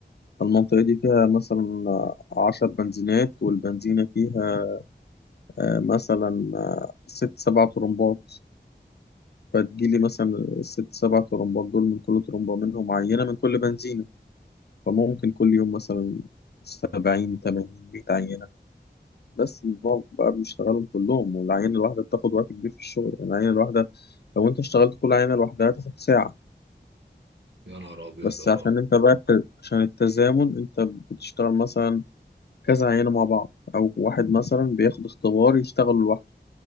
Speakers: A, on the left (about 65°); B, on the right (about 85°).
A: المنطقه دي فيها مثلا آه، عشر بنزينات والبنزينه فيها آه، مثلا آه، ست سبع طرمبات فتجيلي مثلا الست سبع طرمبات دول من كل طرمبة منهم عينة من كل بنزينة فممكن كل يوم مثلا سبعين تمانين مية عينة بس بنقعد بقى بنشتغلهم كلهم والعينة الواحدة بتاخد وقت كبير في الشغل يعني العينة الواحدة لو انت اشتغلت كل عينة لوحدها هتاخد ساعة
B: يا نهار ابيض
A: بس
B: اه
A: عشان انت بقى الت- عشان التزامن انت بتشتغل مثلا كذا عينة مع بعض او واحد مثلا بياخد اختبار يشتغل لوحده